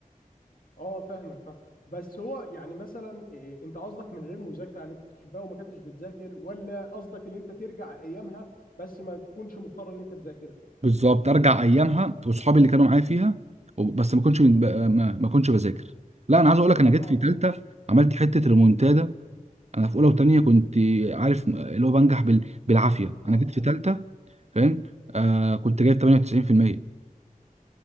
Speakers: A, on the left; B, on the right.
A: اه فاهمك فاهم بس هو يعني مثلا إيه انت قصدك من غير مذاكره يعني انت بتحبها وما كنتش بتذاكر ولا قصدك ان انت ترجع ايامها بس ما تكونش مضطر ان انت تذاكر
B: بالظبط ارجع ايامها واصحابي اللي كانوا معايا فيها وب- بس ما كنتش بنب- ما, ما كنتش بذاكر لا انا عايز اقول لك انا جيت
A: اه
B: في تالتة
A: آه،
B: عملت حتة ريمونتادا انا في اولى وتانية كنت عارف اللي هو بنجح بال... بالعافية
A: مقضيها
B: انا جيت في تالتة فاهم آه كنت جايب 98%